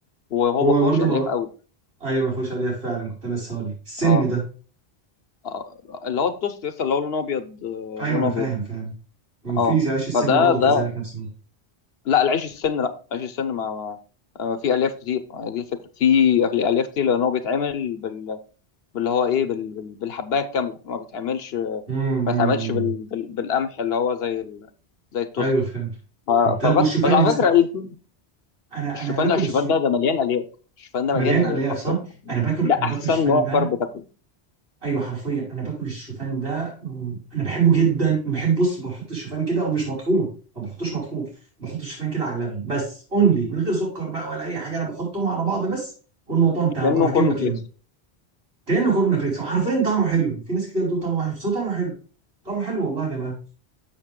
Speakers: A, on the left; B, on the right.
A: وهو
B: هو
A: ما فيهوش
B: برضه
A: الياف قوي
B: ايوه ما فيهوش الياف فعلا كنت أنا لسه هقول لك. السن
A: اه
B: ده
A: آه، اللي هو التوست لسه اللي هو لونه ابيض آه،
B: ايوه
A: لونه
B: انا فاهم
A: ابيض
B: فاهم ومفيش
A: اه
B: عيش السن
A: فده
B: برضو كذلك
A: ده
B: نفس الوقت
A: لا العيش السن لا عيش السن ما, ما آه، في الياف كتير آه، دي الفكره في الياف كتير لان هو بيتعمل بال... باللي هو ايه بال... بال- بالحبايه الكامله ما بيتعملش ما
B: امم
A: بيتعملش
B: أمم.
A: بال... بال... بالقمح اللي هو زي ال... زي التوست
B: ايوه فهمت
A: ف...
B: فهمت طب
A: فبس
B: والشوفان
A: بس على
B: يا اسطى
A: فكره الاتنين-
B: انا
A: الشوفان
B: انا باكل
A: لا الشوفان
B: الشو...
A: ده ده مليان الياف الشوفان
B: مليان
A: ده مليان الياف
B: الياف
A: حرفيا
B: صح انا باكل
A: ده
B: انا
A: احسن
B: باكل الشوفان
A: نوع
B: ده
A: كارب تاكله
B: ايوه حرفيا انا باكل الشوفان ده مم، انا بحبه جدا بحب بص بحط الشوفان كده ومش مطحون ما بحطوش مطحون بحط الشوفان كده على اللبن بس اونلي من غير سكر بقى ولا اي حاجه انا بحطهم على بعض بس والموضوع انتهى
A: كانه
B: بروح جايبه
A: كورن
B: كده
A: فليكس
B: كانه كورن فليكس وحرفيا طعمه حلو في ناس كتير بتقول طعمه وحش بس هو طعمه حلو طعمه حلو والله يا جماعه